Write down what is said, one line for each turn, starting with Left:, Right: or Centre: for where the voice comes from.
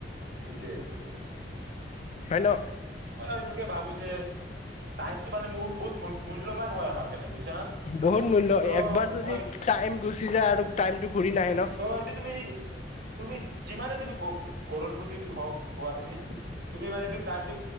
Right: এটোৱে সেটোৱে।
Left: হয় ন
Right: হয় আও এইটোকে ভাবিছো। যে টাইমটো মানে মূল বহুত মূল্যবান হয় আমাৰ কাৰণে। বুজিছা না
Left: বহুত মূল্য
Right: ত'
Left: একবাৰ যদি
Right: মই এইটো
Left: টাইম গুচি যায় আৰু টাইমটো ঘূৰি নাহে ন।
Right: ত' সেইটো তুমি তুমি যিমানে তুমি ক কৰৰ প্ৰতি হওক হোৱা তুমি, তুমি মানে টো। টাইমটো,